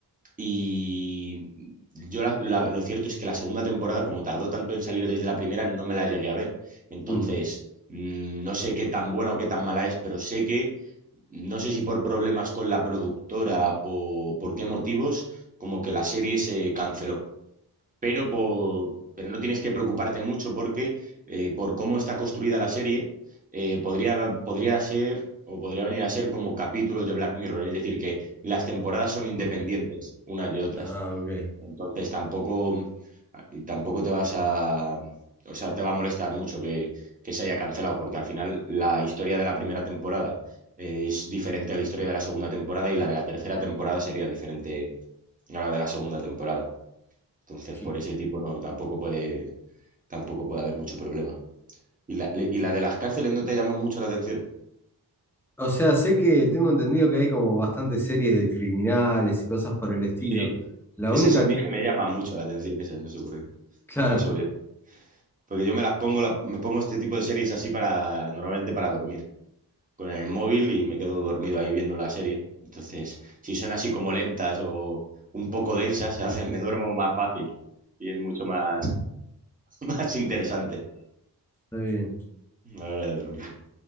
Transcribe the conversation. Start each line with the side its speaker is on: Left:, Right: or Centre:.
Right: y yo la- la- lo cierto es que la segunda temporada, como tardó tanto en salir desde la primera, no me la llegué a ver. Entonces,
Centre: Mm,
Right: mm, no sé qué tan buena o qué tan mala es, pero sé que no sé si por problemas con la productora o por qué motivos, como que la serie se canceló. Pero, por- pero no tienes que preocuparte mucho porque eh, por cómo está construida la serie, eh, podría, podría ser o podría venir a ser como capítulos de Black Mirror, es decir, que las temporadas son independientes
Centre: mm.
Right: unas de otras.
Centre: Ah, ok.
Right: Entonces tampoco, y tampoco te vas a, o sea, te va a molestar mucho que, que se haya cancelado, porque al final la historia de la primera temporada es diferente a la historia de la segunda temporada y la de la tercera temporada sería diferente a la de la segunda temporada. Entonces,
Centre: Sí.
Right: por ese tipo no, tampoco puede, tampoco puede haber mucho problema. Y la, y la de las cárceles no te llama mucho la atención.
Centre: O sea, sé que tengo entendido que hay como bastantes series de criminales y cosas por el estilo.
Right: Sí,
Centre: La
Right: Esas
Centre: única...
Right: a mí es que me llaman mucho la atención, esas, no sé por qué.
Centre: Claro,
Right: Me lo paso bien. Porque yo me las pongo, la- me pongo este tipo de series así para, normalmente para dormir. con el móvil y me quedo dormido ahí viendo la serie. Entonces, si son así como lentas o un poco densas, <laughs> hacen me duermo más fácil y es mucho más, <laughs> más interesante
Centre: está bien.
Right: a la hora de dormir.